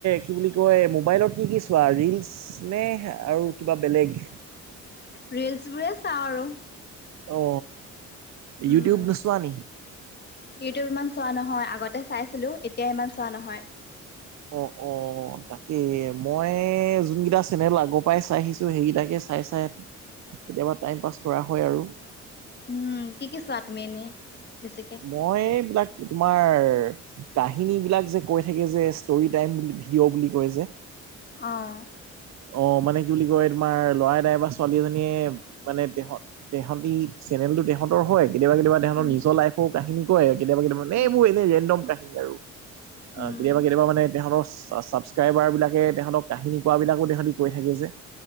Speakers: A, on the right; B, on the left.
A: কি বুলি কয় মোবাইলত কি কি চোৱা ৰিলচ নে। আৰু কিবা বেলেগ।
B: ৰিলচবোৰে চাওঁ। আৰু
A: অ
B: উম
A: ইউটিউব নোচোৱা নি-
B: ইউটিউব ইমান চোৱা নহয় আগতে চাইছিলোঁ এতিয়া ইমান চোৱা নহয়।
A: অ অ তাকেই মই- যোনকেইটা চেনেল আগৰ পৰাই চাই আহিছো সেইকেইটাকে চাই চাই। কেতিয়াবা টাইম পাছ কৰা হয় আৰু-
B: উম কি কি চোৱা তুমি এনেই- বেছিকে?
A: মই এইবিলাক তোমাৰ কাহিনী বিলাক যে কৈ থাকে যে ষ্টৰি টাইম বুলি ভিডিঅ' বুলি কয় যে
B: আহঁ-
A: অ মানে কি বুলি কয় তোমাৰ ল'ৰাদাই বা ছোৱালী এজনীয়ে মানে তেহত তেহঁততি চেনেল- তেহঁতৰ হয় কেতিয়াবা কেতিয়াবা তেহঁতৰ
B: উম,
A: নিৰ লাইফৰ কাহিনী কয় কেতিয়াবা কেতিয়াবা
B: উম,
A: এইবোৰ এৰেণ্ডম কাহিনী আৰু অ
B: উম,
A: কেতিয়াবা কেতিয়াবা মানে তেহঁতৰ ছাবস্ক্ৰাইবাৰ বিলাকে তেহঁতক কাহিনী কোৱা বিলাকো- কৈ থাকে যে